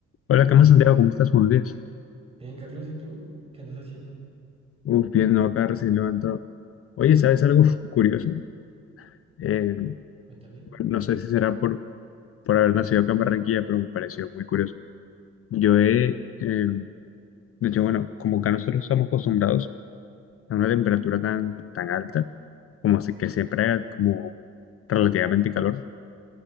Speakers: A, on the left (about 50°); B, on the right (about 20°).
A: Hola, ¿qué más, Santiago? ¿Cómo estás? Buenos días.
B: Bien, Carlos, ¿y tú? ¿Qué andas haciendo?
A: Uf, bien, no, acá recién levantado. Oye, ¿sabes algo <laughs> curioso? Eh, bueno,
B: Cuéntame.
A: no sé si será por, por haber nacido acá en Barranquilla, pero me pareció muy curioso. Yo he, eh, de hecho, bueno, como acá nosotros estamos acostumbrados a una temperatura tan, tan alta, como así que siempre haga como relativamente calor,